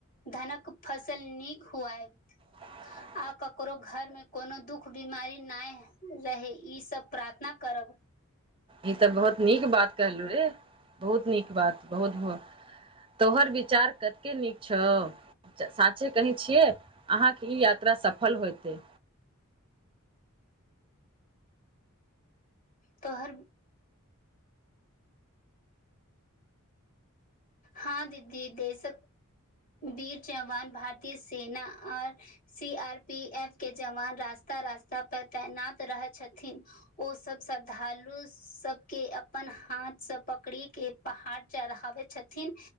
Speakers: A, on the left; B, on the right.
A: धनक फसल नीक हुऐब।
B: ह <inaudible>
A: आ ककरो घरमे कोनो दुःख बीमारी नै रहय ई सब प्रार्थना करब।
B: ई तै बहुत नीक बात कहलु रे, बहुत नीक बात, बहुत-बहुत तोहर विचार कतके नीक छौ। साचे कहय छियै, अहाँके ई यात्रा सफल होएते।
A: तोहर हां दीदी देशक वीर जवान भारतीय सेना R C R P F के जवान रास्ता-रास्ता पर तैनात रहय छथिन। ओ सब श्रद्धालु सबके अपन हाथ से पकड़ी के पहाड़ चढ़ाबै छथिन